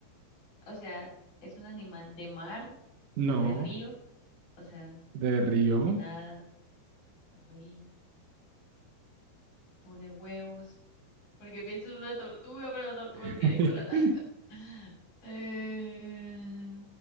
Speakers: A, on the left; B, on the right.
A: O sea, ¿es un animal de mar
B: No,
A: o de río? O sea,
B: de río.
A: que nada, río, pone huevos, porque pienso en una tortuga, pero la tortuga
B: <laughs>
A: no tiene cola larga. <laughs> Eh,